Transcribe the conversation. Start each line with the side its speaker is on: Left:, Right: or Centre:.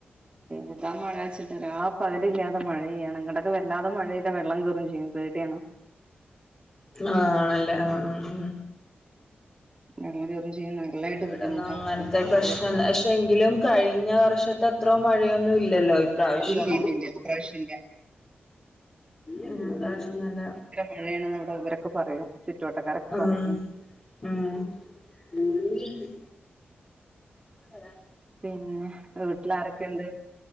Right: ഏതാ മഴച്ചിട്ട രാ പകല് ല്ലാതെ മഴയ്യാണ് ഇങ്ങട്ടൊക്കെ വല്ലാതെ മഴയ് ത വെള്ളം കേറും ചെയ്യും പേടിയാണ്
Left: ആ ആണല്ലേ ആ ആ ഉം
Right: വെള്ളം കേറും ചെയ്യും നല്ലായിട്ട്
Left: ഇവിടന്ന്
Right: ബുദ്ധിമുട്ടാ
Left: അങ്ങനത്തെ
Right: ഇല്ല
Left: പ്രശ്നം ക്ഷെ എങ്കിലും കഴിഞ്ഞ വർഷത്തെ. ത്രോ മഴയൊന്നും ഇല്ലല്ലോ ഈ പ്രാവശ്യം
Right: ഇല്ല ഇല്ല ഇപ്രാവശ്യല്ല
Left: ഉം പ്രാവശ്യം നല്ല
Right: മഴയാണണ് അവിടെ ഇവരൊക്കെ പറയും ചുറ്റവട്ടക്കാരൊക്കെ
Left: ഉം
Right: പറയുന്നുണ്ട്
Left: ഉം <unintelligible> വരാ
Right: പിന്നെ വീട്ടില് ആരൊക്കെണ്ട്